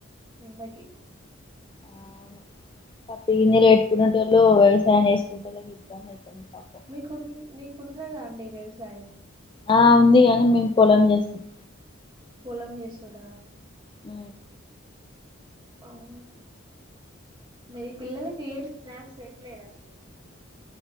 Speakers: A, on the right (about 20°); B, on the left (about 25°).
A: ఎండ కి
B: అవును <unintelligible> పెట్టుకునేటోళ్ళు వ్యవసాయం చేసుకుంట వాళ్కి ఇబ్బంది అయితుంది పాపం
A: మీకు మీకున్నదా అండి వ్యవసాయం
B: ఆ ఉంది గాని మేము పొలం <unintelligible>
A: పొలం చేసుర్ర
B: ఉ
A: అవ్. మరి పిల్లలకి ఏం స్నాక్స్ పెట్లేదండి.